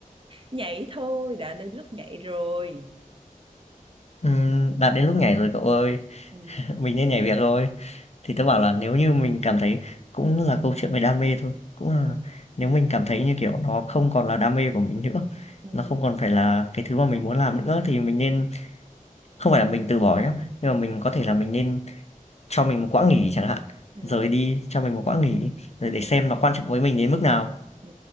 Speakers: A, on the right; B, on the left.
A: nhảy thôi đã đến lúc nhảy rồi
B: Ừm, đã đến lúc nhảy rồi cậu ơi,
A: ừ
B: <laughs> mình nên nhảy việc rồi. Thì tớ bảo là nếu như mình cảm thấy cũng là câu chuyện về đam mê thôi, cũng là nếu mình cảm thấy như kiểu nó không còn là đam mê của mình nữa,
A: ừ
B: nó không còn phải là cái thứ mà mình muốn làm nữa thì mình nên không phải là mình từ bỏ nhá, nhưng mà mình có thể là mình nên cho mình một quãng nghỉ chẳng hạn,
A: ừ
B: rời đi cho mình một quãng nghỉ rồi để
A: ừ
B: xem nó quan trọng với mình đến mức nào,
A: ừ